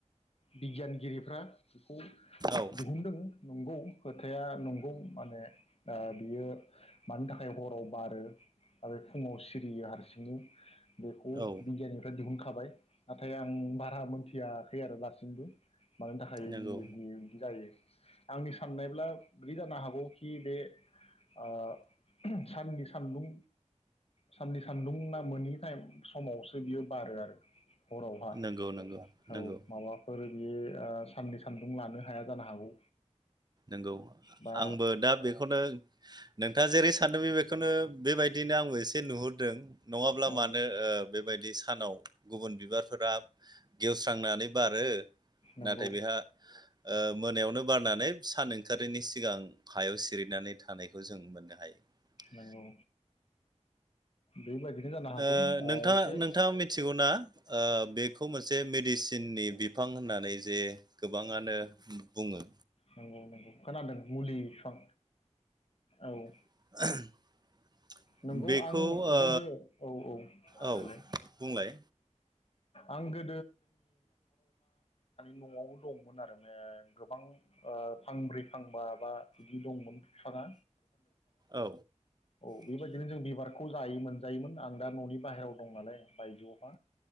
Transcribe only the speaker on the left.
बिगियानगिरिफ्रा बेखौ
दिहुनदों नंगौ। खोथाया नंगौ माने दा बियो मानि थाखाय हराव बारो आरो फुंङाव सिरियो हारसिं बेखौ
बिगियाननिफ्राय बुखाबाय ना थाय आं बारा मोनथियाखै आरो दासिमबो मानो थाखाय
बियो बियो बिदि जायो आंनि साननायब्ला बिदि जानो हागौखि बे ओ साननि सान्दुं साननि सान्दुं ना मोनोनि टाइम समावसो बियो बारो आरो हरावहा।
औ
माबाफोर बेयो ओ साननि सान्दुं लानो हाया जानो हागौ
बा
औ
नंगौ
नंगौ बेबायदिनो जानो
हागौ
ओ एसे
नंगौ नंगौ खोनादों मुलि बिफां औ।
नंगौ
आं
गोदो औ औ
देलाय।
आंगो न'आव दंमोन आरो गोबां ओ फांब्रै फांबा बा बिदि दंमोन बिफाङा
बे बायदिनो जों बिबारखौ जायोमोन जायोमोन आं दा न'नि बाहेरायाव दं नालाय बायजोआवफा